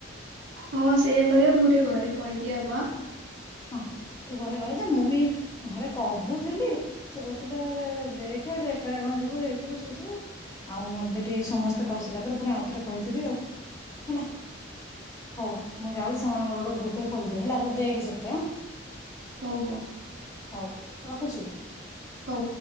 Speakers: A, on the right; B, on the left.
A: ହଁ ସେଇଆ କରିବା ମୁଁ ଟିକେ ଘରେ କହିଦିଏ ଆଗୁଆ ଆଁ।
B: ହଁ ତୁ ଘରେ କହଦେ ମୁଁ ବି ଘରେ କହୁଥିଲି ସେ କଉଥୁଲେ ଦେଖେ ତୁ ଏକାଟିଆ କଣ ଯିବୁ ଇଏ ଯିବୁ ସିଏ ଯିବୁ। ଆଉ ମୁଁ ଏବେ ଟିକେ ସମସ୍ତେ କହି ସାରିଲା ପରେ ଫୁଣି ଆଉ ଥରେ କହିଦେବି ଆଉ ହେଲା ହୋଉ ମୁଁ ଯାଉଚି ସେମାନଙ୍କର ଗୋଟେ ଗ୍ରୁପଟେ ଖୋଲିଦିଏ ହେଲା ତୁ ଦେଖ ସେ ତ୍ରେ
A: ହୋଉ ହଉ।
B: ହଉ ରଖୁଚି।
A: ହଉ।